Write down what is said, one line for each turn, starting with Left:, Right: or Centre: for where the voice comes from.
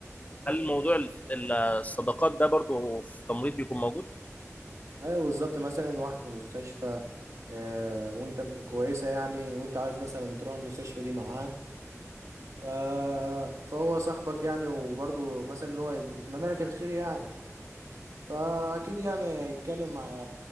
Left: هل موضوع ال- ال- الصداقات ده برضو في تمريض بيكون موجود
Right: ايوه بالظبط مثلا واحد في مستشفى آه وانت كويسه يعني وانت عايز مثلا تروح المستشفى دي معاه ف- فهو صاحبك يعني وبرضه مثلا اللي هو يتمنى لك الخير يعني فاكيد يعني يتكلم مع